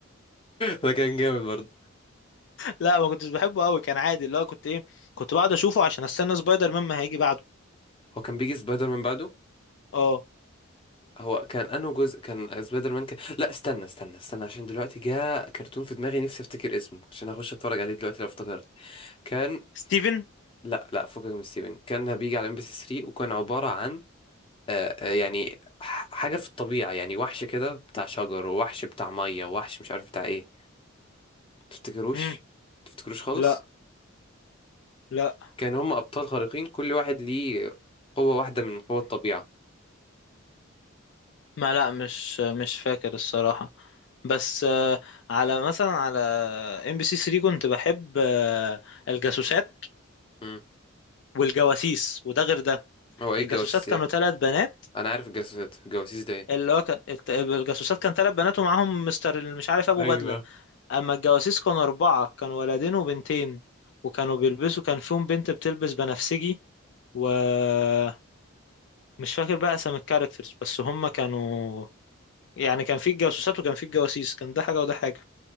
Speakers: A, on the left; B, on the left.
A: ده كان جامد برضه
B: لا ما كنتش بحبه قوي كان عادي اللي هو كنت ايه كنت بقعد اشوفه عشان استنى سبايدر مان ما هيجي بعده
A: هو كان بيجي سبايدر من بعده
B: اه
A: هو كان انه جزء كان سبايدر مان كان... لا استنى استنى استنى عشان دلوقتي جاء كرتون في دماغي نفسي افتكر اسمه عشان اخش اتفرج عليه دلوقتي لو افتكرت كان
B: ستيفن
A: لا لا فكك من ستيفن كان بيجي على ام بي سي 3 وكان عبارة عن آه آه، يعني ح- حاجة في الطبيعة يعني وحش كده بتاع شجر ووحش بتاع مية ووحش مش عارف بتاع ايه تفتكروش
B: امم
A: تفتكروش خالص
B: لا لا
A: كان هم ابطال خارقين كل واحد ليه قوة واحدة من قوة الطبيعة
B: ما لا مش مش فاكر الصراحة بس آه، على مثلا على ام بي سي 3 كنت بحب آه، الجاسوسات
A: امم
B: والجواسيس وده غير ده
A: هو ايه
B: الجاسوسات
A: الجواسيس
B: كانوا
A: ايه
B: ثلاث بنات
A: انا عارف الجواسيس الجواسيس ده ايه
B: اللي هو كان الت- الجاسوسات كان ثلاث بنات ومعاهم مستر ال- مش عارف ابو
A: ايوه
B: بدله اما الجواسيس كانوا اربعه كانوا ولدين وبنتين وكانوا بيلبسوا كان فيهم بنت بتلبس بنفسجي ومش فاكر بقى اسم الكاركترز بس هم كانوا يعني كان في الجاسوسات وكان في الجواسيس كان ده حاجه وده حاجه